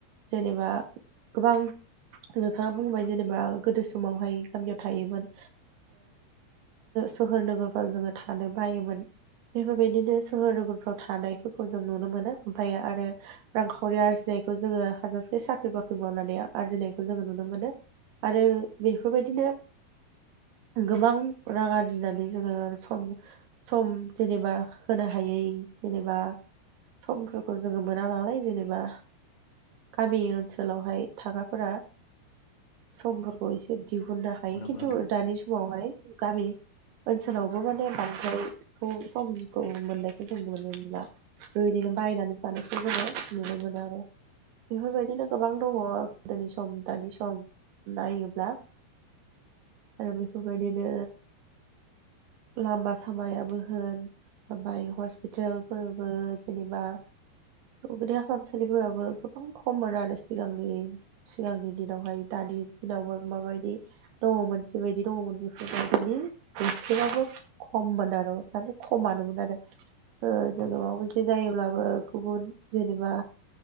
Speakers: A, on the right; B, on the left.
A: जेनेबा गोबां नोंथाङा बुंबाय जेनेबा गोदो समावहाय गामियाव थायोमोन सोहोर नोगोरफ्राव जोङो थानो बायोमोन बेफोरबायदिनो सोहोर नोगोरफ्राव थानायफोरखौ जों नुनो मोनो ओमफ्राय आरो रांखावरि आरजिनायखौ जोङो हाजासे साख्रि बाख्रि मावनानै आरजिनायखौ जोङो नुनो मोनो आरो बेफोरबायदिनो गोबां रां आरजिनानै जोङो सम सम जेनेबा होनो हायै जेनेबा समफोरखौ जोङो मोना नालाय जेनेबा गामि ओनसोलावहाय थाग्राफोरा समफोरखौ एसे दिहुननो हायो
B: औ नंगौ
A: खिन्थु
B: नोंथां
A: दानि समावहाय गामि ओनसोलावबो माने बांद्रायखौ समखौ मोननायखौ जों नुनो मोनला ओरैनो बायनानै जानायखौ जोङो नुनो मोनो आरो बेफोरबायदिनो गोबां दङ गोदोनि सम दानि सम नायोब्ला आरो बेफोरबायदिनो लामा सामायाबो होन ओमफाय हस्पितेलफोरबो जेनेबा <unintelligible> देहा फाहामसालिफोराबो गोबां खममोन आरो सिगांनि सिगांनि दिनावहाय दानि दिनाव माबायदि दङमोन जि बायदि दङमोन बेफोरबादिनो एसेबाबो खममोन आरो माने खमानोमोन आरो जोङो
B: औ
A: माबा मोनसे जायोब्लाबो गुबुन जेनेबा